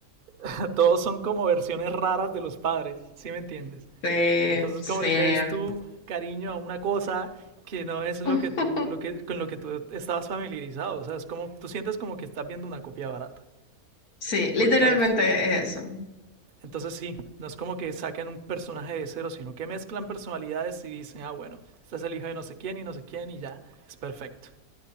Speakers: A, on the right (about 50°); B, on the left (about 85°).
A: <laughs> todos son como versiones raras de los padres, ¿sí me entiendes?
B: Sí,
A: Entonces,
B: sí,
A: ¿cómo le caes tú cariño a una cosa que no es lo
B: <laughs>
A: que tú, lo que, con lo que tú estabas familiarizado? O sea, es como, tú sientes como que estás viendo una copia barata.
B: sí, literalmente
A: Porque al,
B: es eso.
A: entonces sí, no es como que saquen un personaje de cero, sino que mezclan personalidades y dicen, ah, bueno, este es el hijo de no sé quién y no sé quién y ya, es perfecto.